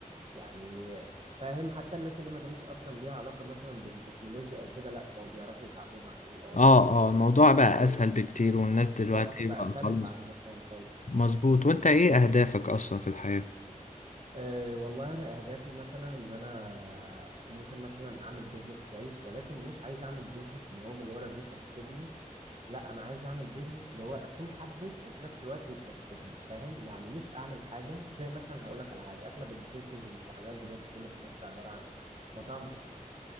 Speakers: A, on the right; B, on the left.
A: يعني فاهم حتى الناس اللي ما كانتش أصلا ليها علاقة مثلا بالتكنولوجيا أو كده لأ بقوا بيعرفوا يتعاملوا مع ال AI ويسألوه
B: اه اه الموضوع بقى اسهل بكتير والناس دلوقتي
A: بالظبط بقى
B: بقى
A: سلس
B: خلاص
A: عن زمان خالص
B: مظبوط وانت ايه اهدافك اصلا في الحياة
A: أه والله أنا أهدافي مثلا إن أنا ممكن مثلا أعمل بيزنس كويس ولكن مش عايز أعمل بيزنس اللي هو مجرد يكسبني لا أنا عايز أعمل بيزنس اللي هو أكون حابه وفي نفس الوقت يكسبني فاهم يعني مش أعمل حاجة زي مثلا هقول لك على حاجة أغلب البيزنس اللي شغال دلوقتي كله في مصر عبارة عن إيه مطاعم وكافيهات